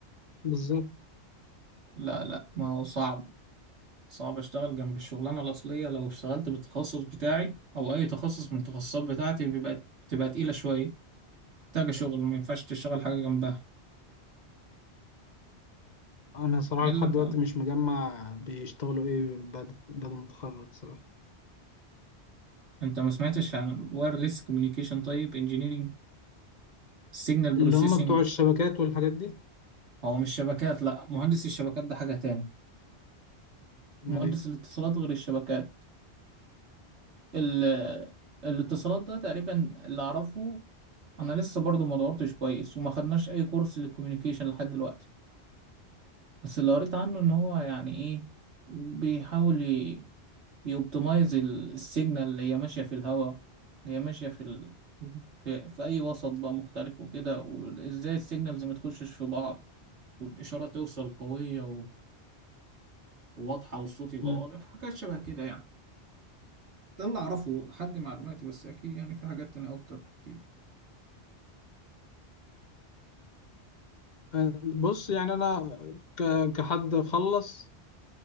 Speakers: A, on the left; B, on the right.
A: بالظبط
B: لا لا ما هو صعب صعب اشتغل جنب الشغلانه الاصليه لو اشتغلت بالتخصص بتاعي او اي تخصص من التخصصات بتاعتي بيبقى بتبقى تقيله شويه محتاجه شغل ما ينفعش تشتغل حاجه جنبها
A: انا صراحة
B: الا
A: لحد
B: بقى
A: دلوقتي
B: لو.
A: مش مجمع بيشتغلوا ايه بعد بعد ما اتخرج صراحة
B: انت ما سمعتش عن الوايرلس كوميونيكيشن طيب انجينيرنج السيجنال بروسيسنج
A: اللي هم بتوع الشبكات والحاجات دي
B: هو مش شبكات لا مهندس الشبكات ده حاجه تاني
A: امال
B: مهندس
A: ايه
B: الاتصالات غير الشبكات ال- الاتصالات ده تقريبا اللي اعرفه انا لسه برضو ما دورتش كويس وما خدناش اي كورس للكوميونيكيشن لحد دلوقتي بس اللي قريت عنه ان هو يعني ايه بيحاول يوبتمايز السيجنال اللي هي ماشيه في الهواء اللي هي ماشيه في ال... في... في اي وسط بقى مختلف وكده وازاي السيجنالز ما تخشش في بعض والاشاره توصل قويه و- وواضحه والصوت يبقى
A: مم.
B: واضح حاجات شبه كده يعني ده اللي اعرفه لحد معلوماتي بس اكيد يعني في حاجات تانية اكتر كتير
A: أه، بص يعني انا ك- كحد خلص